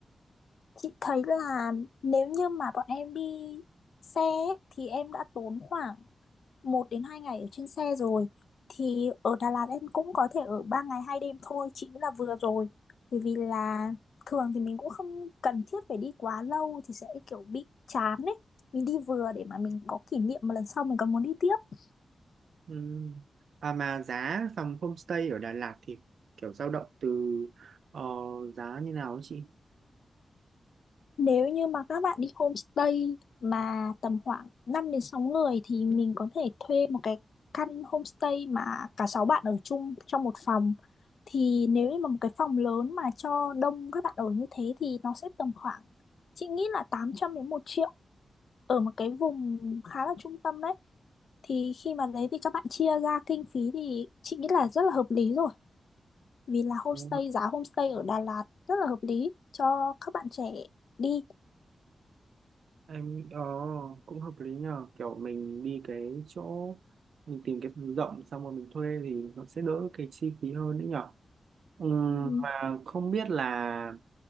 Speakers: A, on the left; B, on the right.
A: Chị thấy là nếu như mà bọn em đi xe ấy, thì em đã tốn khoảng một đến hai ngày ở trên xe rồi thì ở Đà Lạt em cũng có thể ở ba ngày hai đêm thôi chị nghĩ là vừa rồi bởi vì là thường thì mình cũng không cần thiết phải đi quá lâu thì sẽ kiểu bị chán ấy mình đi vừa để mà mình có kỷ niệm mà lần sau mình còn muốn đi tiếp
B: Ừm. À mà giá phòng homestay ở Đà Lạt thì kiểu dao động từ ờ, giá như nào ấy chị?
A: Nếu như mà các bạn đi homestay mà tầm khoảng 5 đến 6 người thì mình có thể thuê một cái căn homestay mà cả 6 bạn ở chung trong một phòng. Thì nếu như mà một cái phòng lớn mà cho đông các bạn ở như thế thì nó sẽ tầm khoảng chị nghĩ là 800 đến một triệu ở một cái vùng khá là trung tâm đấy. Thì khi mà đấy thì các bạn chia ra kinh phí thì chị nghĩ là rất là hợp lý rồi. Vì là homestay,
B: Ờ,
A: giá homestay ở Đà Lạt rất là hợp lý cho các bạn trẻ đi.
B: em ờ, cũng hợp lý nhờ kiểu mình đi cái chỗ mình tìm cái phòng rộng xong rồi mình thuê thì nó sẽ đỡ cái chi phí hơn đấy nhở Ừm,
A: Ừ.
B: mà không biết là